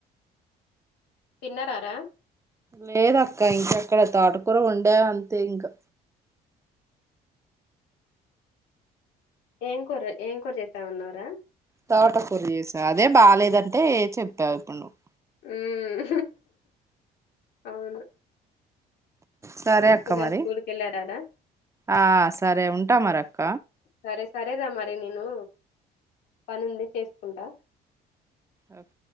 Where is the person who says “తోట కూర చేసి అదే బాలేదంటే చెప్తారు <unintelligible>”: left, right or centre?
Right